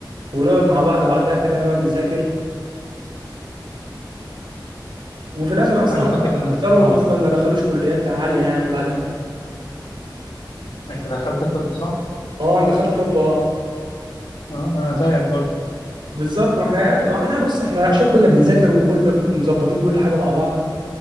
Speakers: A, on the right; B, on the left.
A: ونقعد مع بعض بعدها كده نقعد نذاكر وفي الاخر اصلا
B: أنا فاكر إن
A: اكترهم
B: أه
A: اصلا ما دخلوش كليات عاليه يعني بعدها
B: أنت دخلت طب صح؟
A: اه انا دخلت طب اه
B: أه وأنا زيك برضه
A: بالظبط ما احنا ما احنا بص احنا عشان كنا بنذاكر وكل مظبطين كل حاجه مع بعض